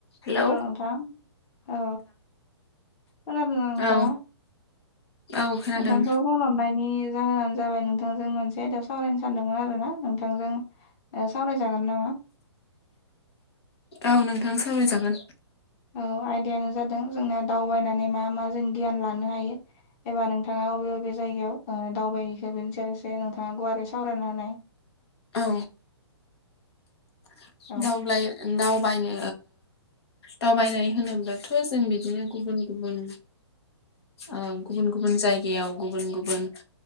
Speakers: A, on the left; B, on the left.
A: Hello
B: hello नोंथां औ खोनादोंना नोंथां
A: औ औ खोनादों
B: नोंथांखौ फन हरनायनि जाहोनानो जाबाय नोंथांजों मोनसे आयदायाव सावरायनो सानदोंमोन आरोना नोंथांजों सावरायजागोन नामा
A: औ नोंथां सावरायजागोन
B: औ आयदायानो जादों जोंना दावबायनानै मा मा जों गियान लानो हायो एबा नोंथाङा अबे बबे जायगायाव दावबायहैखो बेनि सायाव एसे नोंथाङा गुवारै सावरायना होनाय
A: औ <unintelligible>
B: औ
A: दावबायनो दावबायनाय होनोब्लाथ' जों बिदिनो गुबुन गुबुन ओ गुबुन गुबुन जाय गायाव गुबुन गुबुन